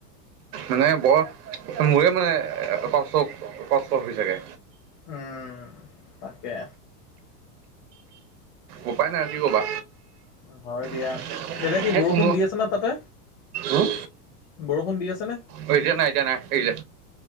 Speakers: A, on the right (about 70°); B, on the left (about 50°).
A: মানে বৰ মোৰে মানে কষ্ট কষ্ট হয় চাগে।
B: উম, তাকে।
A: ওপাই নাই আৰু কি ক'বা।
B: হয় দিয়া
A: <inaudible>
B: এতিয়া কি বৰষুণ দি আছে ন তাতে
A: উম।
B: বৰষুণ দি আছে নে?
A: অ', এতিয়া নাই এতিয়া নাই এৰিলে